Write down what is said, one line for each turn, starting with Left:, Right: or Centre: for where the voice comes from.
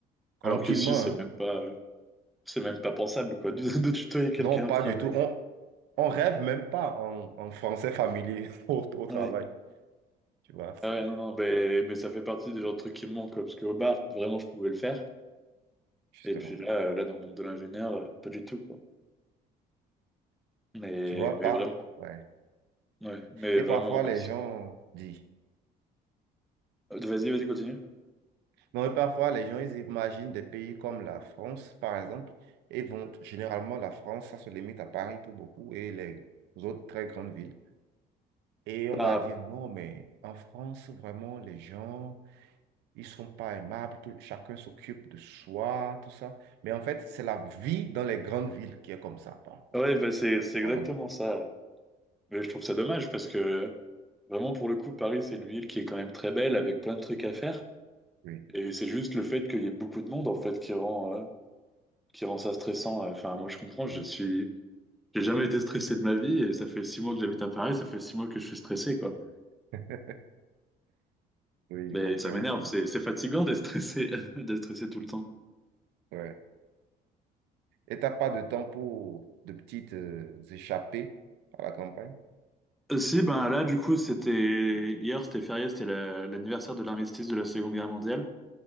Right: tranquillement,
Centre: Alors que si, c'est
Right: hein.
Centre: même pas, euh, c'est même pas pensable, quoi, de, <laughs> de tutoyer quelqu'un
Right: Non, pas
Centre: au travail.
Right: du tout. On, on rêve même pas en, en français familier <laughs> au, au travail,
Centre: Ouais.
Right: tu vois, c'est
Centre: Ah ouais, non, non, mais, mais ça fait partie des genres de trucs qui me manquent, quoi, parce qu'au bar, vraiment, je pouvais le faire.
Right: justement,
Centre: Et puis là, euh, là, dans le monde de l'ingénieur, euh, pas du tout, quoi. Mais,
Right: tu vois,
Centre: mais
Right: pas.
Centre: vraiment,
Right: ouais.
Centre: ouais, mais
Right: Et
Centre: vraiment,
Right: parfois,
Centre: ouais.
Right: les gens disent,
Centre: Euh, Vas-y, vas-y, continue.
Right: non, et parfois, les gens, ils imaginent des pays comme la France, par exemple, et vont, généralement, la France, ça se limite à Paris pour beaucoup et les autres très grandes villes. Et
Centre: Bah,
Right: on va dire, non, mais en France, vraiment, les gens, ils sont pas aimables, tout- chacun s'occupe de soi, tout ça. Mais en fait, c'est la vie dans les grandes villes qui est comme ça, parfois,
Centre: Ouais, bah c'est c'est exactement
Right: normalement.
Centre: ça. Mais je trouve ça dommage parce que vraiment pour le coup, Paris, c'est une ville qui est quand même très belle avec plein de trucs à faire.
Right: Oui,
Centre: Et c'est juste le fait qu'il y ait beaucoup de monde en fait qui rend euh, qui rend ça stressant. Enfin, moi je comprends, je
Right: oui,
Centre: suis j'ai jamais été stressé de ma vie et ça fait six mois que j'habite à Paris, ça fait six mois que je suis stressé quoi.
Right: <laughs> oui,
Centre: Mais
Right: compréhensible.
Centre: ça m'énerve, c'est c'est fatigant d'être stressé <laughs> d'être stressé tout le temps.
Right: Ouais. Et t'as pas de temps pour de petites euh, échappées à la campagne?
Centre: Euh, Si, ben là du coup c'était hier c'était férié, c'était la- l'anniversaire de l'armistice de la Seconde Guerre mondiale.